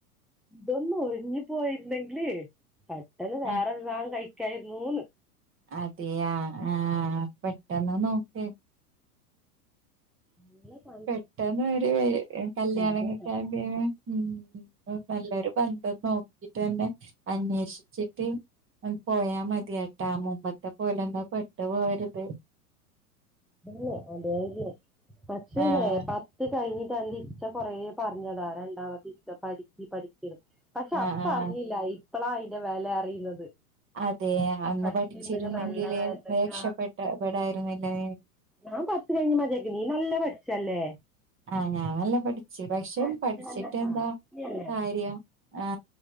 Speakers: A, in the centre; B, on the right.
A: ഇതൊന്ന് ഒഴിഞ്ഞു പോയിരുന്നെങ്കിൽ പെട്ടെന്ന് വേറെ
B: ആഹ്
A: വിവാഹം കഴിക്കായിരുന്നുന്ന്
B: അതെയ ആഹ്പെട്ടെന്ന് നോക്ക്
A: ഇല്ലെഹ്
B: പെട്ടെന്ന് ഒരു കല്യാണങ്ങൾക്ക
A: അതോണ്ടാ
B: ഉം നല്ലൊരു <unintelligible> നോക്കീട്ടെന്നെ അന്വേഷിച്ചിട്ട് പോയാ മതിയേട്ടാ മുമ്പത്തെ പോലെ എന്താ പെട്ട് പോകരുത്
A: അതെ ഒതേയല്ലേ പക്ഷേല്ലെ
B: ആഹ്
A: പത്ത് കഴിഞ്ഞിട്ട് അന്റെ ഇത്ത കൊറേ പറഞ്ഞതാ രണ്ടാമത്തെ ഇത്ത പഠിക്കി പഠിക്കി പക്ഷെ
B: ആഹ്
A: അപ്പ
B: ആഹ്
A: അറിഞ്ഞില്ല ഇപ്പളാ അയ്ന്റെ വെല അറിയുന്നത്.
B: അതെ അന്ന്
A: പഠിച്ചിരുന്നെങ്കി
B: പഠിച്ചിരുന്നെങ്കില്
A: നല്ലതായിരുന്നെങ്കി
B: രക്ഷപ്പെെട്ട പെടായിരുന്നില്ലെ
A: ഞാൻപത്ത് കഴിഞ്ഞ് മതിയാക്ക് നീ നല്ല പഠിച്ചല്ലേ
B: ആ ഞാൻ നല്ല പഠിച്ച്പക്ഷെ
A: പഠിച്ച്
B: പഠിച്ചിട്ട്
A: നല്ല ഹാപ്പിയല്ലേ
B: എന്താ. കാര്യം ആ